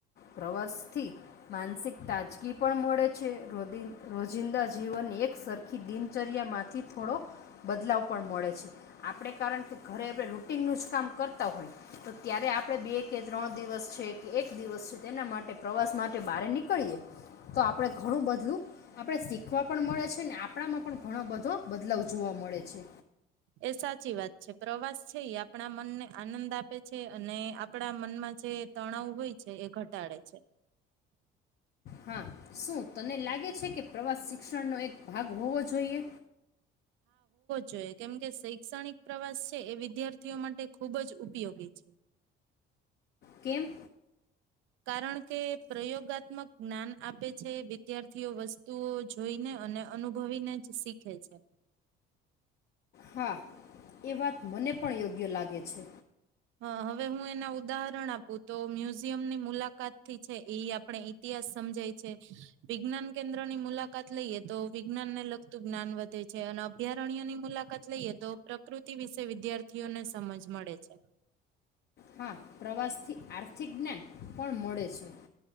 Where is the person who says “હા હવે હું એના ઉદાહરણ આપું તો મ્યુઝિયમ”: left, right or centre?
Right